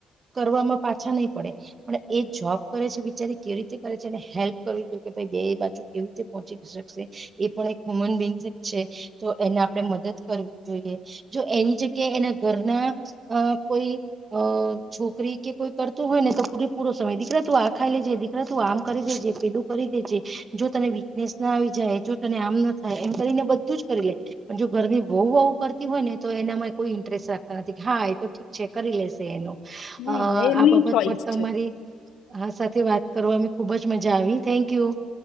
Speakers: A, on the right; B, on the left.
A: કરવામાં પાછા નહી પડે પણ એ જોબ કરે છે બિચારી કેવી રીતે કરે છે એ હેલ્પ કરવી જોઈએ બે બાજુ કેવી રીતે પહોચી શકશે એ પણ એકમન બ છે તો એને આપણે મદદ જોઈએ જો એની જગ્યા એના ઘરના કોઈ છોક દોકરી કે કોઈ કરતું હોય ને તો પૂ પૂરો સમય દીકરા તું આ ખાઈ લેજે દીકરા તું આમ કરી દેજે પેલું કરી તને વીકનેસ ના આવી જાય જો તને આમ ના થાય એમ કરીને બધું જ કરી લે પણ જો ઘર બહુ બવુ કરતી હોય ને તો એનામાં કોઈ ઇન્ટરેસ્ટ રાખતા નથી હા એ તો ઠીક છે કરી લેશે એનો
B: હમ
A: અ
B: એમની
A: આ બાબત
B: ચોઈસ
A: પર તમારી
B: છે
A: વાત કરવા અ ખુબ જ મજા આવી થેન્ક યુ.